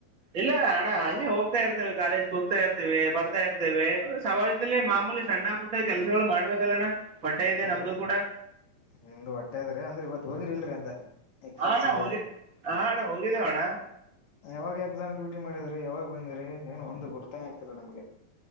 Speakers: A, on the right; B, on the left.
A: ಇಲ್ಲ ಅಣ್ಣ ಹಂಗೆ ಹೋಗ್ತಾ ಇರ್ತೇವಿ ಕಾಲೇಜ್ ಹೋಗ್ತಾ ಇರ್ತೀವಿ ಬರ್ತಾ ಇರ್ತೇವಿ ಸಮಾಜದಲ್ಲಿ ಮಾಮೂಲಿ ಸಣ್ಣ ಪುಟ್ಟ ಕೆಲ್ಸಗಳು ಮಾಡ್ಬೇಕಲ್ಲಣ್ಣ ಹೊಟ್ಟೆ ಇದೆ
B: ಅಲ್ರೀ
A: ನಮ್ದು ಕೂಡ
B: ನಿಮ್ದು ಹೊಟ್ಟೆದ್ರಿ ಅಂದ್ರೆ ಇವತ್ ಹೋಗಿರಿಲ್ರಿ ಅಂದೆ ಎಕ್ಸಾಮ್ಸ್
A: ಹಾ ಅಣ್ಣ
B: ಇದೆ
A: ಹೋಗಿದ್
B: ಅಲ್ಲ
A: ಹಾ ಅಣ ಹ ಹೋಗಿದ್ದೇವಣ್ಣ
B: ಯಾವಾಗ ಎಕ್ಸಾಮ್ ಡ್ಯೂಟಿ ಮಾಡಿದ್ರಿ ಯಾವಾಗ ಬಂದಿರಿ ಏನು ಒಂದು ಗುರ್ತನೇ ಆಗ್ತಿಲ್ಲ ನಮ್ಗೆ.